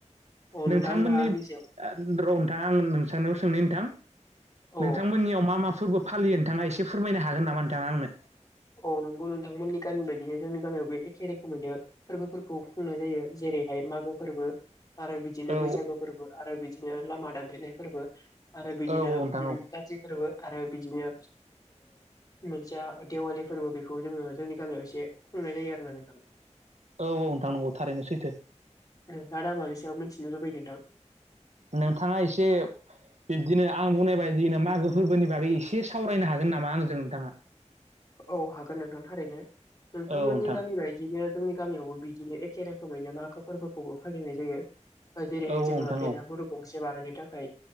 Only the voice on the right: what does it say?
नोंथांमोननि
र' नोंथां आं नोंथांनियाव सोंनि नोंथां।
नोंथांमोननियाव मा मा फोरबो फालियो नोंथाङा एसे फोरमायनो हागोन नामा नोंथाङा आंनो
औ
औ नोंथां औ
औ औ नोंथां नंगौ थारैनो सैथो।
नोंथाङा एसे बि बिबदिनो आं बुंनायबायदिनो मागो फोरबोनि बागै एसे सावरायनो हागोन नामा आंजों नोंथाङा
औ नोंथां
औ
नोंथां
औ